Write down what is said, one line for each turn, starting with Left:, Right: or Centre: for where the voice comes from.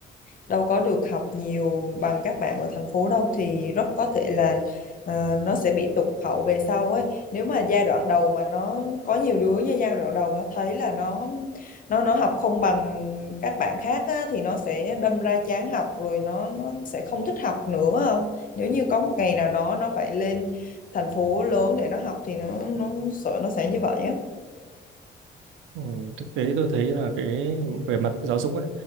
Left: đâu có được học nhiều bằng các bạn ở thành phố đâu thì rất có thể là ờ, nó sẽ bị tụt hậu về sau ấy nếu mà giai đoạn đầu mà nó có nhiều đứa như giai đoạn đầu nó thấy là nó nó nó học không bằng các bạn khác á, thì nó sẽ đâm ra chán học rồi nó nó sẽ không thích học nữa không nếu như có một ngày nào đó nó phải lên thành phố lớn để nó học thì nó nó sợ nó sẽ như vậy á
Right: ừ, thực tế tôi thấy là cái về mặt giáo dục ấy